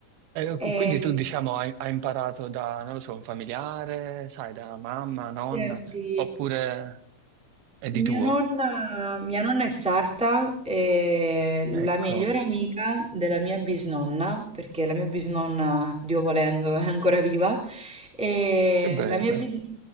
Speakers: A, on the right; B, in the centre.
A: E
B: E
A: cu- quindi tu, diciamo, hai, hai imparato da, non lo so, un familiare, sai, da mamma, nonna,
B: senti,
A: oppure è di
B: Mia
A: tuo?
B: nonna, mia nonna è sarta e
A: Ecco,
B: la migliore amica della mia bisnonna, perché la mia bisnonna, Dio volendo, è ancora viva, e
A: che bello.
B: la mia bisnonna,